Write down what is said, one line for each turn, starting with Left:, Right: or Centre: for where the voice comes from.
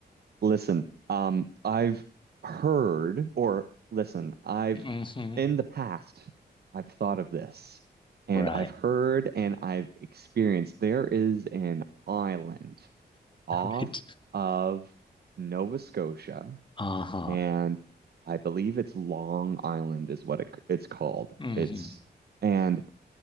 Right: Listen, um, I've heard, or listen, I've
Left: hmm
Right: in the past, I've thought of this, and
Left: Right,
Right: I've heard and I've experienced there is an island off
Left: <laughs> right.
Right: of Nova Scotia,
Left: Uh-huh.
Right: and I believe it's Long Island is what it, it's called.
Left: hmm
Right: It's and